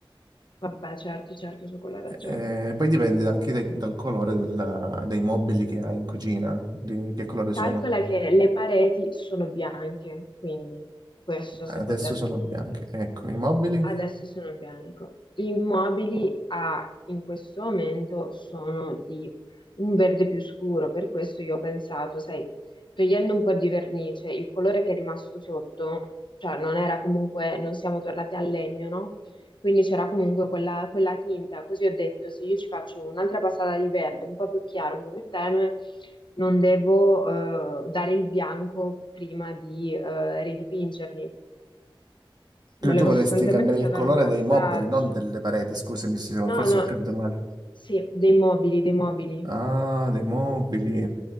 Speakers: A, on the left; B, on the right.
A: Vabbè, certo, certo, su quella ragione.
B: Eh, poi dipende anche dai- dal colore della- dei mobili che hai in cucina, di che colore
A: Calcola
B: sono.
A: che le pareti sono bianche, quindi questo
B: Adesso
A: se può darti
B: sono bianche. Ecco, i mobili.
A: Adesso sono in bianco. I mobili a- in questo momento sono di un verde più scuro, per questo io ho pensato, sai, togliendo un po' di vernice, il colore che è rimasto sotto, cioè non era comunque, non siamo tornati al legno, no? Quindi c'era comunque quella, quella tinta, così ho detto, se io ci faccio un'altra passata di verde, un po' più chiaro, un po' più tenue, non devo eh, dare il bianco prima di eh, ridipingerli.
B: Quindi
A: Volevo
B: tu vorresti
A: sostanzialmente
B: cambiare
A: salvare
B: il colore
A: un passaggio.
B: dei mobili, non delle pareti, scusami se
A: No,
B: forse
A: no,
B: ho capito male.
A: sì, dei mobili, dei mobili.
B: Ah, dei mobili.